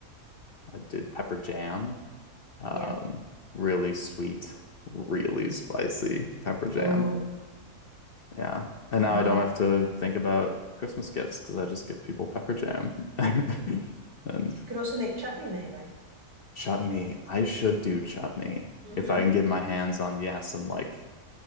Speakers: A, on the left; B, on the right.
A: I did pepper jam. Um,
B: <laughs> yeah.
A: really sweet, really spicy pepper jam.
B: Oh,
A: Yeah. And now
B: intense.
A: I don't have to think about Christmas gifts because I just give people pepper jam. <laughs> And
B: Could also make chutney, maybe.
A: chutney. I should do chutney.
B: Mm-hmm.
A: If I can get my hands on, yeah, some like